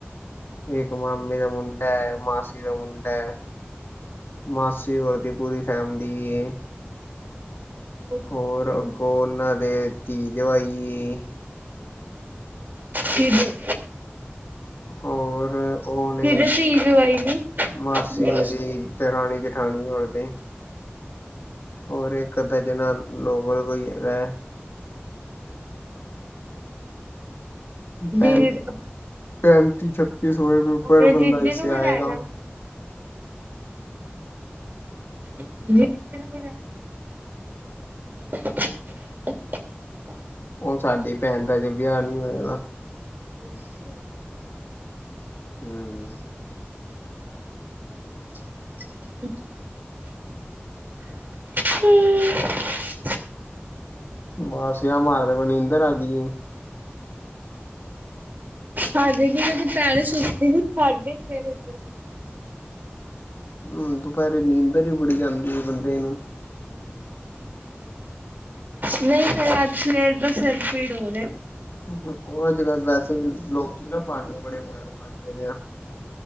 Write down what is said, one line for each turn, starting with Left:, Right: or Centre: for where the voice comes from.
Left: ਇੱਕ ਮਾਮੇ ਦਾ ਮੁੰਡਾ ਐ, ਮਾਸੀ ਦਾ ਮੁੰਡਾ ਐ ਮਾਸੀ ਹੋਰ ਦੀ ਪੂਰੀ ਫੈਮਲੀ ਐ
Right: ਓਕੇ
Left: ਹੋਰ ਅੱਗੋਂ ਉਹਨਾਂ ਦੇ ਧੀ, ਜਵਾਈ ਐ
Right: ਕਿਦੇ,
Left: ਹੋਰ ਉਹ ਨੇ
Right: ਕਿਦੇ ਧੀ ਜ਼ਵਾਈ ਨੇ ਹੂੰ
Left: ਮਾਸੀ ਦੀ ਦਰਾਣੀ ਜਠਾਣੀ ਹੋਰ ਦੇ ਹੋਰ ਇੱਕ ਏਹਦੇ ਜਨਾ ਲੋਕਲ ਕੋਈ ਹੈਗਾ। ਪੈਂਟ,
Right: ਦੀ
Left: ਪੈਂਟ ਤੀਸ਼ਤ ਕੀ ਸੋ <unintelligible>
Right: ਆਪਣੇ ਜੀਜੇ
Left: ਬੰਦਾ ਹਿਸੇ
Right: ਨੂੰ ਵੀ
Left: ਆਏਗਾ
Right: ਲੈ ਜਾ ਜੀਜੇ ਨੂੰ ਵੀ ਲੇ ਜਾਣ <inaudible>
Left: ਉਹ ਸਾਡੀ ਭੈਣ ਦਾ ਅਜੇ ਵੀਆਹ ਨਈ ਹੋਇਆ ਨਾ
Right: ਅੱਛਾ
Left: ਹੂੰ
Right: ਹੂੰ
Left: ਵਾਸੀਆ ਮਾਰਦੇ ਪਏ ਨਿੰਦਰ ਆ ਗਈ ਐ
Right: ਹਾਂਜੀ ਕੀ ਮੈਂ ਦੁਪਹਿਰੇ ਸੁਤੀ ਸੀ ਸਾਢੇ ਛੇ ਵਜੇ
Left: ਹਮ ਦੁਪਹਿਰੇ ਨੀਂਦਰ ਈ ਬੜੀ ਆਂਦੀ ਐ ਬੰਦੇ ਨੂੰ
Right: ਨਈ ਮੈ ਅੱਜ ਸਵੇਰ ਦਾ ਸਿਰ ਪੀੜ ਹੋ ਰਿਹਾ
Left: ਉਹ ਅੱਜ ਕੱਲ ਵੈਸੇ ਲੋਕੀ ਨਾ ਬਾਨੇ ਬੜੇ ਮਾਰਨ ਲਗ ਪਏ ਆ